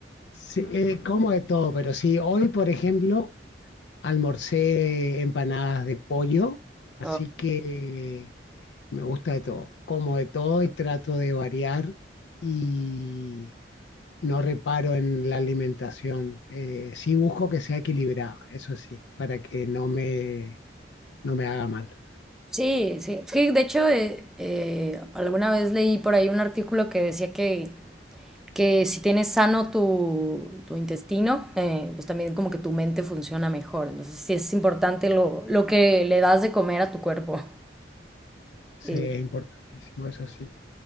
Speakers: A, on the left; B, in the centre.
A: Sí, eh, como de todo, pero sí, hoy, por ejemplo, almorcé empanadas de pollo, así
B: Oh,
A: que me gusta de todo. Como de todo y trato de variar y no reparo en la alimentación. Eh, sí busco que sea equilibrada, eso sí, para que no me, no me haga mal.
B: Sí, sí. Es que, de hecho, eh, eh, alguna vez leí por ahí un artículo que decía que, que si tienes sano tu, tu intestino, eh, pues también como que tu mente funciona mejor. Entonces, sí es importante lo, lo que le das de comer a tu cuerpo.
A: Sí,
B: Sí.
A: es importantísimo, eso sí.